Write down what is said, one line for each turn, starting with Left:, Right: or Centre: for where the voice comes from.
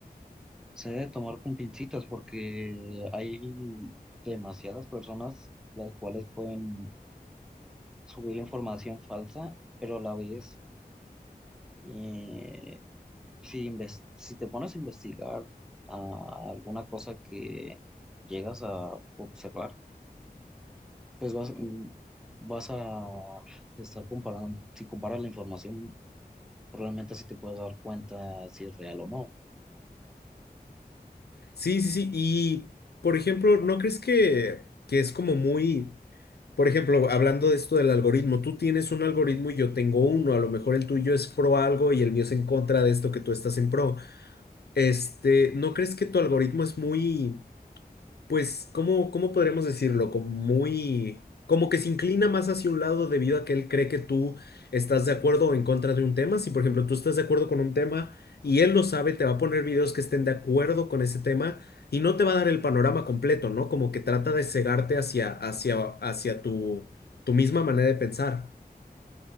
Centre: Se debe tomar con pincitas porque hay demasiadas personas las cuales pueden subir información falsa, pero a la vez, eh, si, inves- si te pones a investigar a alguna cosa que llegas a observar, pues vas, mm, vas a estar comparando, si comparas la información, probablemente así te puedes dar cuenta si es real o no.
Left: Sí, sí, sí. Y, por ejemplo, ¿no crees que, que es como muy... Por ejemplo, hablando de esto del algoritmo, tú tienes un algoritmo y yo tengo uno, a lo mejor el tuyo es pro algo y el mío es en contra de esto que tú estás en pro. Este, ¿no crees que tu algoritmo es muy pues, ¿cómo, cómo podríamos decirlo? Como muy, como que se inclina más hacia un lado debido a que él cree que tú estás de acuerdo o en contra de un tema. Si, por ejemplo, tú estás de acuerdo con un tema y él lo sabe, te va a poner videos que estén de acuerdo con ese tema y no te va a dar el panorama completo, ¿no? Como que trata de cegarte hacia, hacia, hacia tu, tu misma manera de pensar.